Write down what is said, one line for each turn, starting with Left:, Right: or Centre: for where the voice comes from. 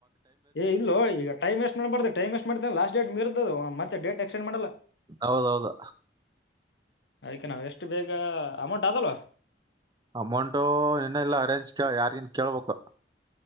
Left: ಏ ಇಲ್ಲೊ ಈಗ ಟೈ್ಮ್ಮ್ ವೇಸ್ಟ್ ಮಾಡಬಾರ್ದುಟೈಮ್ ವಸ್ಟ್ ಮಾಡ್ೇನೆ ಲಾಸ್ ಡೇಟ್ ಮರ್ದ ಅ ಮತ್ತ ಡೇಟ್ ಎಕ್ಸ್ಟಂಡ್ ಮಾಡಲ್ಲ
Right: ಹೌದೌದಾ
Left: ಅದ್ಕೆ ನಾವು ಎಷ್ಟು ಬೇಗ ಅಮೌಂಟ್ ಆದಲ್ವಾ
Right: ಅಮೌಂಟು ಇನ್ನ ಇಲ್ಲ ಅರೇಂಜ್ ಕ ಯಾರಿಗಿನ್ ಕೇಳ್ಬೇಕು